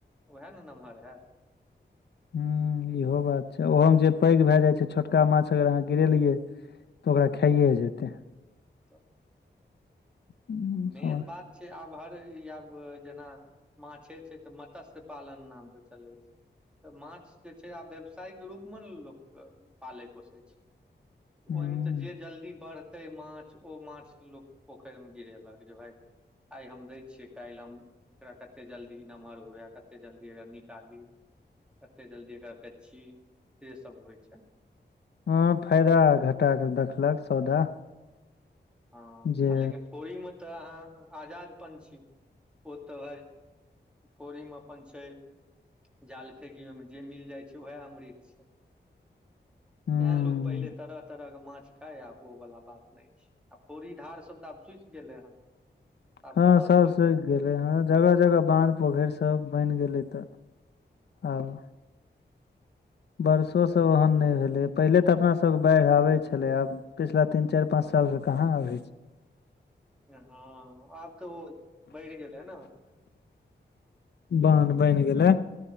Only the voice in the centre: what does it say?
ओएह ने नमहर हैत
त
मेन बात छे आब हर इ आब जेना माछे छै तऽ मत्स्य पालन नाम से चलै छै तऽ माछ जे छै आब व्यवसायके रूप में ने लोक पालै पोषै छै
ओहिमे तऽ जे जल्दी बढ़तै माछ ओ माछ लोक पोखइर मे गिरेलक क भाय आइ हम दै छियै काल्हि हम एकरा कते जल्दी नमहर हुए कते जल्दी निकाली कते जल्दी एकरा बेची से सब होइ छै
हँ
लेकिन फोरी में तऽ अहाँ आजादपन छी ओ तऽ हइ फोरिम अपन छै जाल फेेकी ओहि में जे मिल जाइ छै ओएह अमृत छै
तैं लोको पहिले तरह तरह के माछ खाय आब ओ वालला बात नहि छै आ फौड़ी धार सब तऽ आब सुइख गेलै हन आब
कतय
से लोक
हँ आब तऽ ओ बैढ़ गेलै न